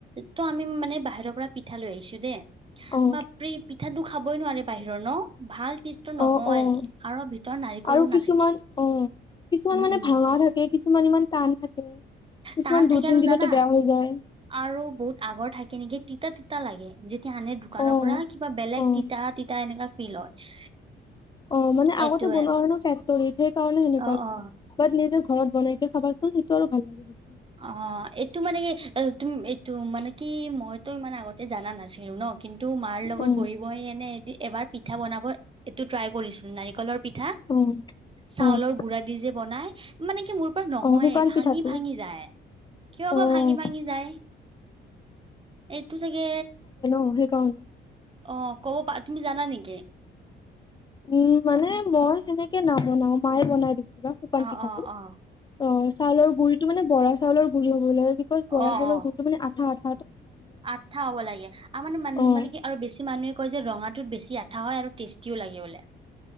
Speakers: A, on the right; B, on the left.
A: ত আমি মানে বাহিৰৰ পৰা পিঠা লৈ আহিছো দেই।
B: অ',
A: বাপৰে পিঠা দুখ খাবই নোৱাৰি বাহিৰৰ ন ভাল টেচটো নহয়
B: অ', অ',
A: আৰু ভিতৰত নাৰিকলো
B: আৰু কিছুমান
A: নাথাকে।
B: অ'। কিছুমান
A: উম
B: মানে
A: উম
B: ভাঙা থাকে কিছুমান ইমান টান থাকে। কিছুমান
A: টান
B: দুই
A: থাকে
B: তিন
A: আৰু
B: দিনতে
A: জানা
B: বেয়া হৈ যায়,
A: আৰু বহুত আগৰ থাকে নেকি তিতা তি তিতা লাগে যেতিয়া আনে দোকানৰ
B: অ',
A: পৰা কিবা বেলেগ
B: অ',
A: তিতা তিতা এনেকা ফিল হয়।
B: অ মানে আগতে
A: এইটোয়ে
B: বনোৱা হয় ন ফেক্টৰীত সেই কাৰণে সেনেকুৱা
A: অ
B: নি
A: অ
B: বাট নিজে ঘৰত বনাইকে চাবাচো সেইটো আৰু ভাল লাগিলে
A: অঁহ এইটো মানে কি এ তুমি এইটো মানে কি মইতো ইমান আগতে জানা নাছিলো ন কিন্তু মাৰ লগত
B: অ'।
A: বহি-বহি এনেই এবাৰ পিঠা বনাব এইটো ট্ৰাই কৰিছিলো নাৰিকলৰ পিঠা
B: অ',
A: চাউলৰ
B: অ',
A: গুড়া দি যে বনাই মানে কি মোৰ পৰা নহয়
B: অ', শুকান
A: ভাঙি-ভাঙি
B: পিঠাটো
A: যায়। কিয়
B: অ',
A: বা ভাঙি-ভাঙি যায় এইটো চাগে
B: অ সেই কণ
A: অঁ কব পাৰা তুমি জানা নেকি?
B: উম মানে মই সেনেকে নাবনাও মায়ে বনাই বেছি। শুকান
A: অ
B: পিঠাটো
A: অ অ
B: অ চাউলৰ গুৰিটো মানে বৰা চাউলৰ গুৰি হব লাগে বিকজ বৰা
A: অ
B: চাউলৰ
A: অ
B: গুৰিটো মানে আঠা-আঠা
A: আঠা হ'ব লাগে আমাৰ মান
B: অ',
A: মানে কি আৰু বেছি মানুহে কয় যে ৰঙাটোত বেছি আ ঠা হয় আৰু টেষ্টিও লাগে বোলে।